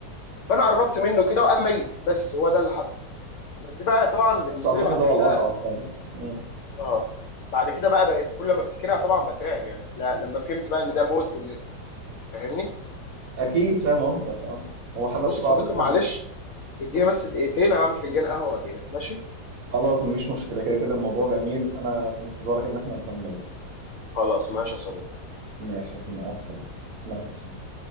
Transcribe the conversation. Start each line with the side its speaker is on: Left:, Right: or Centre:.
Left: فانا قربت منه كده وقام ميت بس هو ده اللي حصل بس دي بقى طبعا
Right: حدث
Left: بالنسبه
Right: اعتقد
Left: لي بعد
Right: هو
Left: كده
Right: الاصعب فعلا مم.
Left: اه بعد كده بقى بقت كل ما افتكرها طبعا بترعب يعني لا لما فهمت بقى ان ده موت وان فاهمني
Right: اكيد فاهم قصدك اه هو حدث
Left: بص
Right: صعب
Left: يا صديقي
Right: فعلا
Left: معلش اديني بس دقيقتين هعمل فنجان قهوه واجي لك ماشي
Right: خلاص مفيش مشكله كده كده الموضوع جميل فانا في انتظارك ان احنا نكمل
Left: خلاص ماشي يا صديقي
Right: ماشي مع السلامه مع السلامه
Left: ماشي.